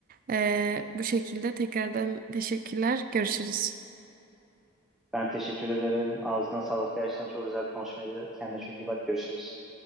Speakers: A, on the right; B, in the centre.
A: Ee, bu şekilde tekrardan teşekkürler görüşürüz.
B: Ben teşekkür ederim. Ağzına sağlık. Gerçekten çok güzel bir konuşmaydı. Kendine çok iyi bak. Görüşürüz.